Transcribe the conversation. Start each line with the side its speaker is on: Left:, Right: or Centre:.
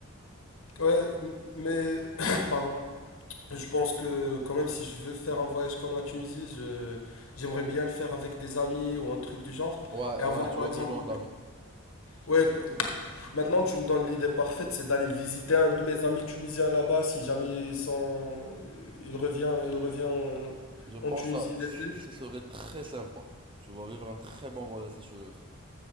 Left: Ouais, m- mais, <coughs> <clears throat> pardon. Je pense que quand même si je veux faire un voyage comme la Tunisie, je j'aimerais bien le faire avec des amis ou un truc du genre
Right: Ouais,
Left: et
Right: ouais,
Left: avoir
Right: tu
Left: par
Right: as
Left: exemple
Right: besoin d'amis.
Left: ouais p- maintenant tu me donnes l'idée parfaite c'est d'aller visiter un de mes amis tunisiens là-bas si jamais ils sont euh, il revient il revient en,
Right: Je pense
Left: en Tunisie
Right: que
Left: l'été
Right: ça serait très sympa. Tu vas vivre un très bon voyage si tu le fais.